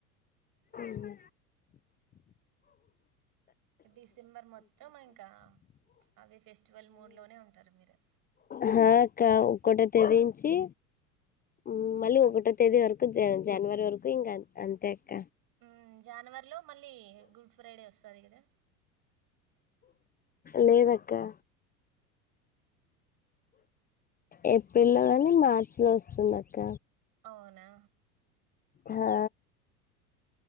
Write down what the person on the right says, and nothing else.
ఈ డిసెంబర్ మొత్తం ఇంకా అవి ఫెస్టివల్ మూడులోనే ఉంటారు మీరు
ఊ జనవరిలో మళ్ళీ గుడ్ ఫ్రైడే వస్తది కదా
అవునా